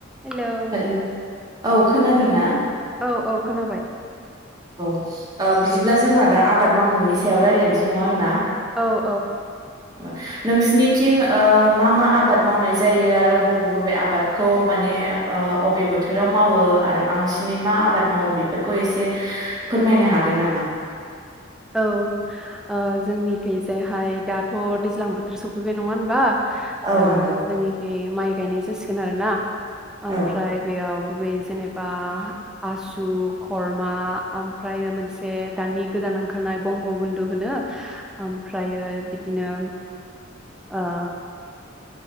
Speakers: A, in the centre; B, on the right.
A: Hello.
B: Hello औ खोनादों ना?
A: औ औ खोनाबाय।
B: औ ओ बिदिब्ला जोंहा दा आबाद मावनायनि सायाव रायलायनोसै नङा होनबा?
A: औ औ
B: ओ नोंसिनिथिं ओ मा मा आबाद मावनाय जायो आरो बबे बबे आबादखौ माने ओ अबे बोथोराव मावो आरो बांसिनै मा आबाद मावो बेफोरखौ एसे फोरमायनो हागोन नामा?
A: औ ओ जोंनिखैजायहाय दाथ' दैज्लां बोथोर सफैबाय नङा होनबा?
B: औ
A: दा
B: नंगौ
A: जोंनिखि माइ गायनाय जासिगोन आरो ना। ओमफ्राय
B: औ
A: बेयाव गुबै जेनेबा आसु, खरमा ओमफ्रायो मोनसे दानि गोदान ओंख खारनाय बंग' बन्धु होनो ओमफ्रायो बिदिनो ओ